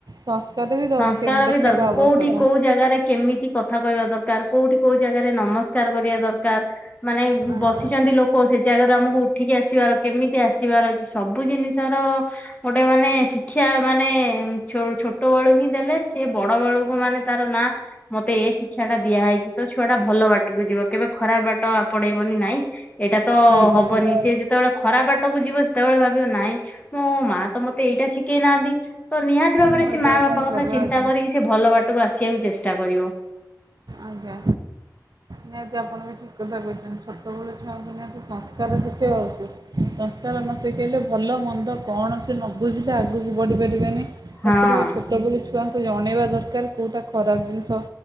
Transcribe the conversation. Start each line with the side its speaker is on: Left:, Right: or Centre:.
Right: ସଂସ୍କାର ବି ରଖେ
Left: ସଂସ୍କାର
Right: ଦେଖେଇବା
Left: ବି ଦରକାର
Right: ଆବଶ୍ୟକ।
Left: କୋଉଠି କୋଉ ଜାଗାରେ କେମିତି କଥା କହିବା ଦରକାର କୋଉଠି କୋଉ ଜାଗା କୋଉ ଯାଗାରେ ନମସ୍କାର ବିଚାର କରିବା ଦରକାର ମାନେ
Right: ଆଜ୍ଞା।
Left: ବସିଛନ୍ତି, ଲୋକ ସେ ଜାଗାରୁ ଆମକୁ ଉଠିକି ଆସିବାର କେମିତି ଆସିବାର ଅଛି ସବୁ ଜିନିଷର ଗୋଟେ ମାନେ ଶିକ୍ଷା ମାନେ ଛୋଟ ବେଳୁ ହିଁ ଦେଲେ ସେ ବଡ ବେଳୁକୁ ମାନେ ତାର ନା ମତେ ଏ ଶିକ୍ଷା ଟା ଦିଆ ହେଇଛି ତ ଛୁଆ ଟା ଭଲ ବାଟ ଟକୁୁ ଯିବ କେବେ ଖରାପ ବାଟ ଆପଣେଇବନି ନାଇଁ ଏଇଟା ତ
Right: ଆଜ୍ଞା
Left: ହବନି
Right: ଆଜ୍ଞା
Left: ସେ ଯେତେବେଳେ ଖରାପ ବାଟକୁ ଯିବ, ସେତେବେଳେ ଭାବିବ ନାଇଁ ମୋ ମା ତ ମତେ ଏଇଟା ଶିକେଇ ନାହାନ୍ତି, ତ ନିହାତି ଭାବରେ
Right: ମୁଁ ଏଇଟାକୁ
Left: ସେ ମା
Right: କେମିତି
Left: ବାପା କଥା
Right: କରିବା
Left: ଚିନ୍ତା,
Right: ଆଜ୍ଞା
Left: କରିକି ସେ ଭଲ ବାଟକୁ ଆସିବାକୁ ଚେଷ୍ଟା କରିବ।
Right: ଆଜ୍ଞା। ନିହାତି ଆପଣ ବି ଠିକ କଥା କହିଛନ୍ତି ଛୋଟବେଳେ ଛୁଆଙ୍କୁ ନିହାତି ସଂସ୍କାର ଶିଖେଇବା ହଉଛି। ସଂସ୍କାର ନ ଶିଖେଇଲେ ଭଲ ମନ୍ଦ କଣ ସେ ନ ବୁଝିଲେ ଆଗକୁ ବଢି ପାରିବେନି
Left: ହଁ
Right: ତାପରେ ବି ଛୋଟବେଳୁ ଛୁଆଙ୍କୁ ଜଣେଇବା ଦରକାର, କୋଉଟା ଖରାପ ଜିନିଷ